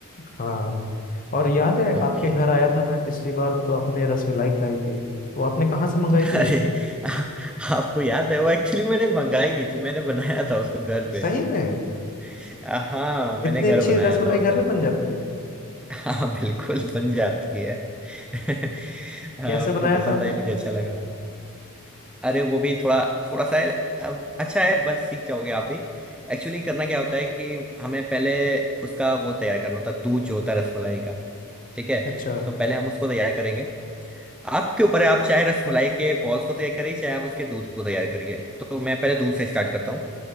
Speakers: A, on the left; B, in the centre.
A: हाँ और याद है
B: ओके
A: आपके घर आया था मैं पिछली बार तो आपने रसमलाई खिलाई थी तो आपने कहाँ से मंगाई
B: <laughs>
A: थी
B: अरे
A: ये?
B: आ- आपको याद है वो एक्चुअली मैंने मंगाई नहीं थी मैंने बनाया था उसको घर पे
A: सही में
B: <laughs> आ, हाँ मैंने
A: इतनी
B: घर
A: अच्छी
B: बनाया
A: रसमलाई
B: था उसे
A: घर में बन जाती है
B: <laughs> हाँ बिल्कुल बन जाती है <laughs>
A: कैसे
B: आपको
A: बनाया
B: पसंद
A: था आपने
B: आई मुझे अच्छा लगा अरे वो भी थोड़ा थोड़ा सा है अब अच्छा है बस सीख जाओगे आप भी एक्चुअली करना क्या होता है कि हमें पहले उसका वो तैयार करना होता है दूध जो होता है रसमलाई का ठीक है
A: अच्छा
B: तो पहले हम उसको तैयार करेंगे आपके ऊपर है आप चाहे रसमलाई के बॉल्स को तैयार करिए चाहे आप उसके दूध को तैयार करिए तो मैं पहले दूध से स्टार्ट करता हूँ